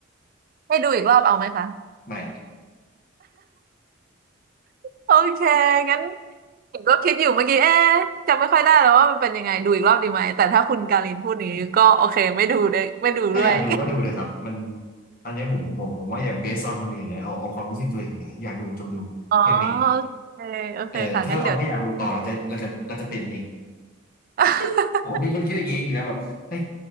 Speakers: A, on the right; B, on the left.
A: ให้ดูอีกรอบเอาไหมคะ
B: ไม่
A: โอเคงั้นผมก็คิดอยู่เมื่อกี้เอ๊ะจำไม่ค่อยได้แล้วว่ามันเป็นยังไงดูอีกรอบดีไหมแต่ถ้าคุณการินพูดอย่างนี้ก็โอเคไม่ดูเลยไม่ดูด้วย
B: ถ้าอยากดูก็ดูเลยครับมันอันเนี้ยผมผมผมว่าอย่าเบสออนคนอื่นเลยเอาเอาความรู้สึกตัวเองเลยอยากดูจงดูแค่นั้นเอง
A: <laughs> อ๋อ <laughs> โอเคโอเคค่ะงั้นเดี๋ยว
B: เออถ้าเราไม่อยากดูต่อเราจะเราจะเราจะเป็นเอง
A: <laughs>
B: <laughs> ผมเป็นคนคิดอย่างนี้นี่นะแบบเฮ้ย